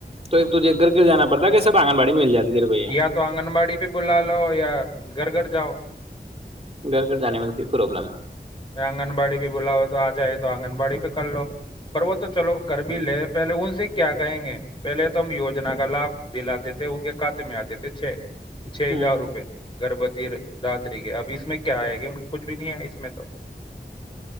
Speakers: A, on the right (about 35°); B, on the left (about 30°).
A: تو ایک توجے گھر گھر جانا پڑتا ہے کہ سب آنگن باڑی میں مل جاتی دیرے کو یہ
B: یا تو آنگن باڑی پہ بلا لو یا گھر گھر جاؤ
A: گھر گھر جانے میں تو پرابلم ہے
B: آنگن باڑی بھی بلاؤ تو آ جائے تو آنگن واڑی پہ کر لو پر وہ تو چلو کر بھی لے پہلے ان سے کیا کہیں گے پہلے تو ہم وجنا کا لابھ دلاتے تھے ان کے کات میں آتے تھے چھ چھ ہزار
A: ہوں
B: روپئے گھربچ داتریخ ہے اب اس میں کیا آئے گی ان کا کچھ بھی نہیں ہے اس میں تو